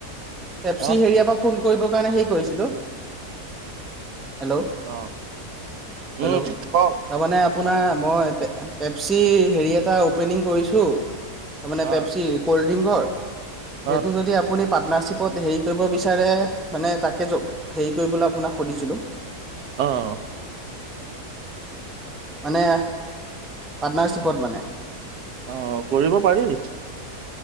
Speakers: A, in the centre; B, on the right.
A: পেপচি
B: অ
A: হেৰিয়াৰ পৰা ফোন কৰিবৰ কাৰণে হেৰি কৰিছিলো, হেল্ল'
B: অ',
A: হেল্ল'
B: উম, কওঁক।
A: তাৰমানে আপোনাৰ মই পেপচিৰ হেৰি এটা অপেনিং কৰিছোঁ তাৰমানে
B: অ
A: পেপচি ক'লড্ৰিংকৰ,
B: অ
A: সেইটো যদি আপুনি পাৰ্টনাৰশ্বিপত হেৰি কৰিব বিচা চাৰে মানে তাকে য হেৰি কৰিবলৈ আপোনাক সুধিছিলো।
B: অ'।
A: মানে, পাৰ্টনাৰশ্বিপত মানে।
B: অ', কৰিব পাৰি।